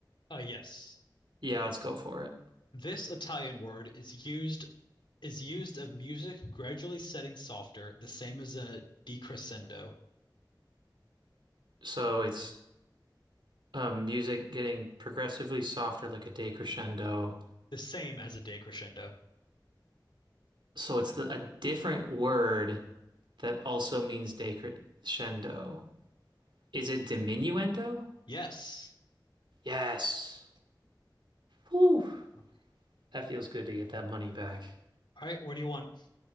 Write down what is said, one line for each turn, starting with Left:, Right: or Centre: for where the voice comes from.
Left: Uh, yes.
Right: Yeah, let's go for it.
Left: This Italian word is used is used of music gradually setting softer, the same as a decrescendo.
Right: So it's um music getting progressively softer like a decrescendo
Left: The same as a decrescendo.
Right: So it's the, a different word that also means decrescendo. Is it diminuendo?
Left: Yes.
Right: Yes. Whew.
Left: All
Right: That feels good to get that money back.
Left: right, what do you want?